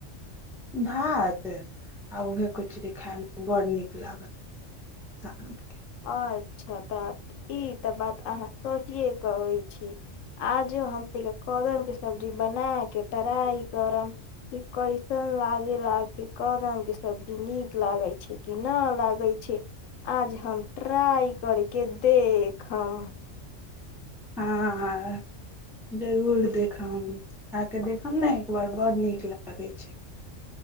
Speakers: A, in the centre; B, on the left.
A: भात आ उहे कचड़ी खाइ मे बड़ नीक लागल शांति
B: अच्छा तऽ ई तऽ बात अहाँ सहिए कहै छी आजो हमनीके त कदमके सब्जी बना के ट्राइ करब कि कैसन लागेला कि कदमके सब्जी नीक लागैत छैय कि न लागै छैय आज हम ट्राई करके देखम
A: हँ जरूर देखम खा के देखम ने एक बार बड़ नीक लागै छै